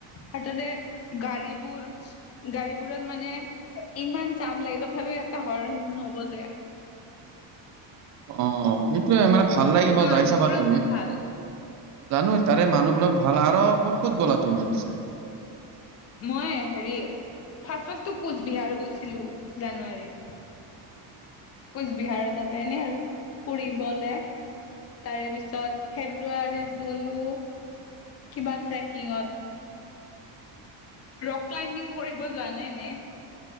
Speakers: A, on the left; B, on the right.
A: আৰু তাতে গাড়ীবোৰ গাড়ীবোৰত মানে ইমান জাম লাগে ত থাপিও এটা হৰ্ণ নবজে।
B: অ সেইটোয়ে মানে ভাল লাগিব
A: মানুহবোৰো
B: যাই চাবা তুমি।
A: বহুত ভাল
B: জানো তাৰে মানুহবিলাক ভাল আৰু ক'ত ক'ত গ'লা তুমি পিছে?
A: মই হেৰি ফাছফছটো কোচবিহাৰ গৈছিলো জানুৱাৰী। কোচবিহাৰ তাতে এনে আৰু ফুৰিবলে। তাৰে পিছত ফেব্ৰুৱাৰীত গ'লো, কিবা ট্ৰেকিঙত। ৰক ক্লাবিং কৰিব জানে নে?